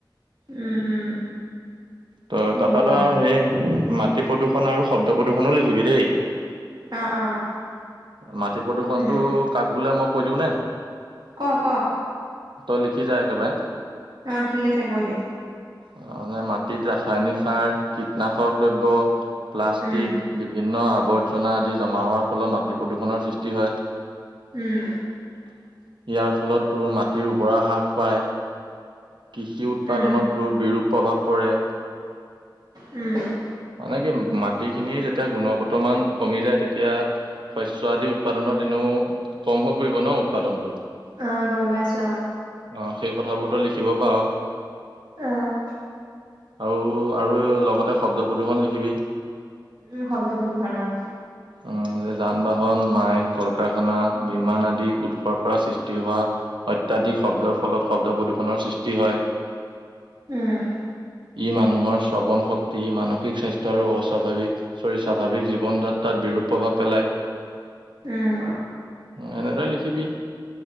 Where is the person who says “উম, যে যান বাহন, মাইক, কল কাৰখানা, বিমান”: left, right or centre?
Right